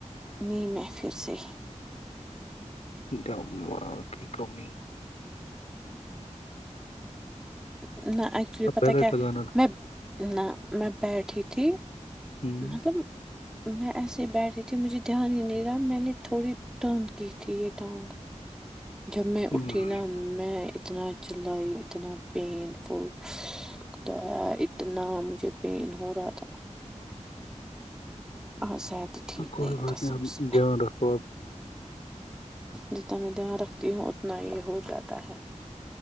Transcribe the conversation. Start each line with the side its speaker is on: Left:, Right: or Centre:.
Centre: نہیں میں پھر سے
Left: دماغ کی کمی
Centre: <inaudible> نہ ایکچولی
Left: اب
Centre: پتہ
Left: بیلٹ
Centre: کیا
Left: لگانا تھا
Centre: میں نہ میں بیٹھی تھی
Left: ہوں
Centre: مطلب میں ایسے ہی بیٹ رہی تھی مجھے دھیان ہی نہیں رہا میں نے تھوڑی ٹرم کی تھی یہ ٹانگ جب میں اٹھی
Left: ہوں
Centre: نا میں اتنا چلائی اتنا پین فلتا اتنا مجھے پین ہو رہا تھا آ ص ہے تو ٹھیک
Left: کوئی
Centre: نہیں
Left: بات
Centre: ہے کسم
Left: اب
Centre: سے
Left: دھیان رکھو اب
Centre: جتنا میں دھیان رکھتی ہوں اتنا یہ ہو جاتا ہے